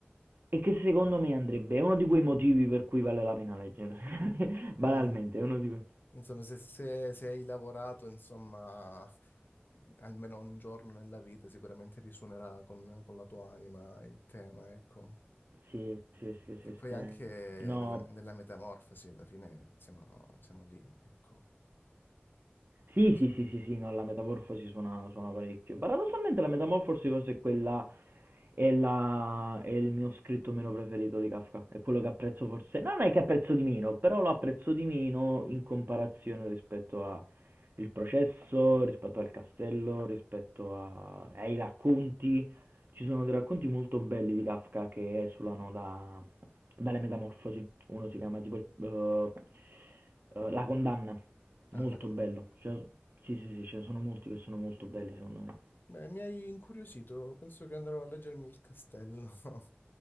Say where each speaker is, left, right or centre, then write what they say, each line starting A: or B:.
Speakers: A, on the right; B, on the left.
A: e che secondo me andrebbe, è uno di quei motivi per cui vale la pena leggerlo, <laughs> banalmente,
B: Eh,
A: è uno di quei...
B: insomma, se, se- se hai lavorato, insomma, almeno un giorno nella vita, sicuramente risuonerà con, con la tua anima il tema, ecco.
A: Sì, sì, sì,
B: Che
A: sì,
B: poi
A: sì.
B: anche
A: No,
B: nella, nella metamorfosi, alla fine, siamo, siamo lì, ecco.
A: Sì,
B: Non so.
A: sì, sì, sì, sì, no, la Metamorfosi suona, suona parecchio. Paradossalmente la Metamorfosi forse è quella, è la, è il mio scritto meno preferito di Kafka, è quello che apprezzo forse, no, non è che apprezzo di meno, però lo apprezzo di meno in comparazione rispetto a il processo, rispetto al castello, rispetto a- ai racconti. Ci sono dei racconti molto belli di Kafka che esulano da- dalle metamorfosi. Uno si chiama tipo il- eh, eh, La condanna, molto
B: Ah, la condanna.
A: bello. Cioè, sì, sì, sì, ce ne sono molti che sono molto belli secondo me.
B: Beh, mi hai incuriosito, penso che andrò a leggermi il castello. <laughs>